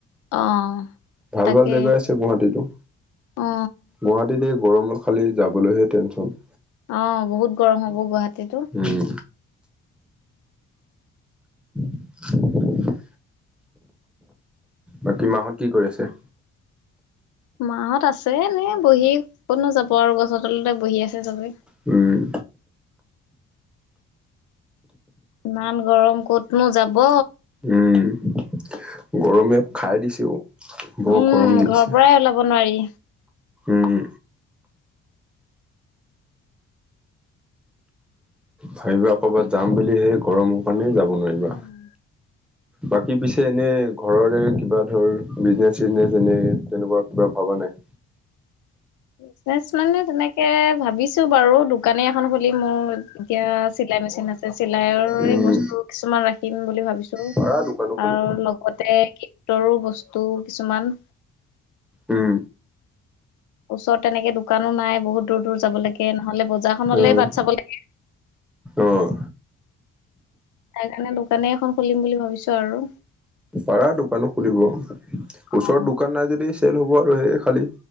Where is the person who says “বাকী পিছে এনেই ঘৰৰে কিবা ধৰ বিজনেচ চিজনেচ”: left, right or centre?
Centre